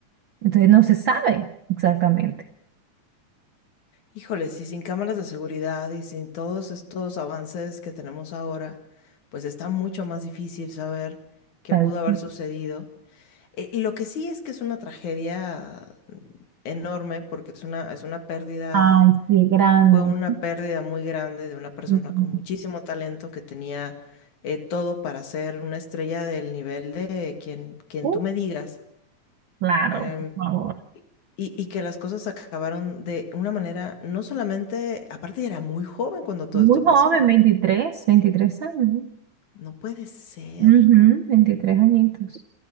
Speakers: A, on the right (about 70°); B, on the left (about 75°).
A: Entonces no se sabe exactamente.
B: Híjole, si sin cámaras de seguridad y sin todos estos avances que tenemos ahora, pues está mucho más difícil saber qué
A: ¿sabes?
B: pudo haber sucedido. Eh, y lo que sí es que es una tragedia enorme porque es una, es una pérdida,
A: Ay, sí, grande.
B: fue una pérdida muy grande de una persona
A: Ujú.
B: con muchísimo talento que tenía eh, todo para ser una estrella del nivel de quien, quien
A: Uh,
B: tú me digas.
A: Claro,
B: Em,
A: por favor.
B: y, y que las cosas acabaron de una manera, no solamente, aparte ya era muy joven cuando todo
A: muy
B: esto pasó,
A: joven,
B: ¿no?
A: veintitrés, veintitrés años, ¿no?
B: No puede ser.
A: Ujú, 23 añitos.